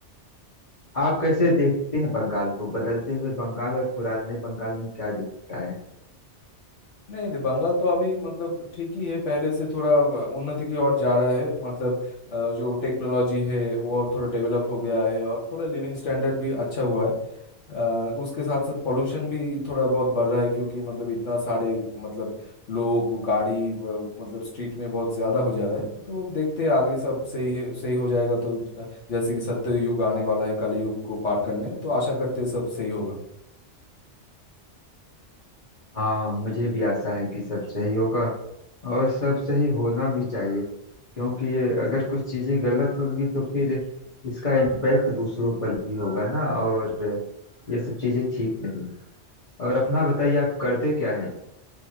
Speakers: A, on the left; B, on the left.
A: आप कैसे देखते हैं बंगाल को बदलते हुए बंगाल और पुराने बंगाल में क्या दिखता है
B: नहीं नहीं बंगाल तो अभी मतलब ठीक ही है पहले से थोड़ा अ, उन्नति की ओर जा रहा है मतलब अ, जो टेक्नोलॉजी है वो थोड़ा डेवलप हो गया है और थोड़ा लिविंग स्टैंडर्ड भी अच्छा हुआ है अ, उसके साथ साथ पोल्यूशन भी थोड़ा बहुत बढ़ रहा है क्योंकि मतलब इतना सारे मतलब लोग गाड़ी व- मतलब स्ट्रीट में बहुत ज़्यादा हो जा रहा है तो देखते हैं आगे सब सही है सही हो जाएगा तो ज- जैसे कि सत्य युग आने वाला है कली युग को पार करने तो आशा करते हैं सब सही होगा
A: हाँ मुझे भी आशा है कि सब सही होगा और सब सही होना भी चाहिए क्योंकि ये अगर कुछ चीजें गलत होंगी तो फिर इसका इम्पैक्ट दूसरों पर भी होगा ना और ये सब चीजें ठीक नहीं और अपना बताइए आप करते क्या है